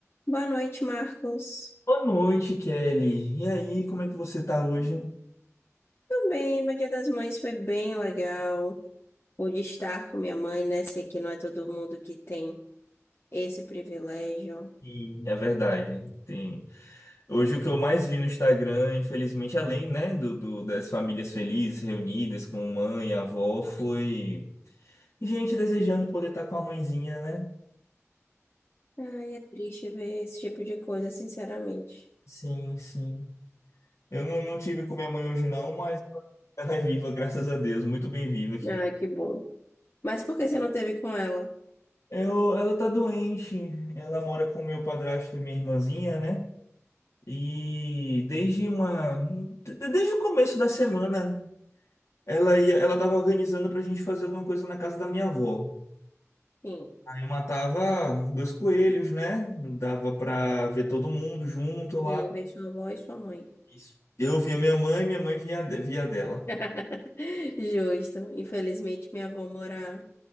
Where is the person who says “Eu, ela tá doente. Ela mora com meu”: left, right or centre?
Left